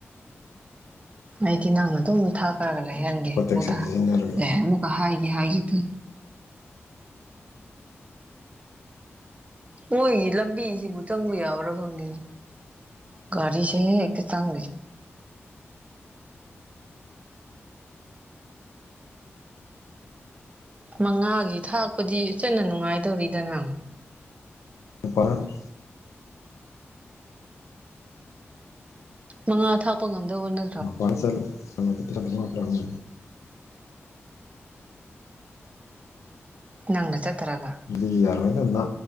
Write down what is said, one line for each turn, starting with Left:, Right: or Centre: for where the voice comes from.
Right: ꯑꯩꯗꯤ ꯅꯪꯅ ꯑꯗꯨꯝ ꯊꯥꯛꯔꯒ ꯂꯩꯍꯟꯒꯦ
Left: ꯄ꯭ꯔꯣꯇꯦꯛꯁꯟ
Right: ꯃꯨꯊꯥ
Left: ꯁꯤꯖꯤꯟꯅꯔ ꯂꯣꯏꯔꯦ
Right: ꯂꯩ ꯑꯃꯨꯛꯀ ꯍꯥꯏꯒꯦ ꯍꯥꯏ ꯑꯗꯨ ꯃꯣꯏꯒꯤ ꯂꯝꯕꯤꯁꯤꯕꯨ ꯆꯪꯕ ꯌꯥꯕꯔꯥ ꯈꯪꯗꯦꯅꯦ ꯀꯔꯤꯁꯦ ꯈꯤꯇꯪ ꯃꯉꯥꯒꯤ ꯊꯥꯛꯄꯗꯤ ꯆꯟꯅ ꯅꯨꯡꯉꯥꯏꯗꯧꯔꯤꯗ ꯅꯪ
Left: <unintelligible>
Right: ꯃꯉꯥ ꯊꯥꯛꯄ ꯉꯝꯗꯕꯧꯕꯅ
Left: <unintelligible>
Right: ꯅꯪꯅ ꯆꯠꯇꯔꯒ
Left: ꯑꯗꯨꯗꯤ ꯌꯥꯔꯣꯢ ꯅꯥ